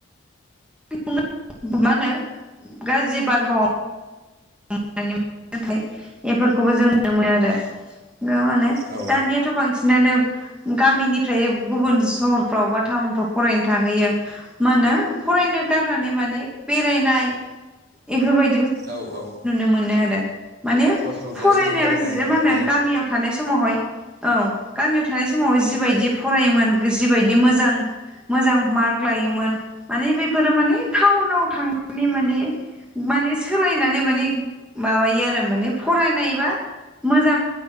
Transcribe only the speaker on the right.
औ
औ औ
हर थौजासे
बेरायनानै
थाहैनाय
उम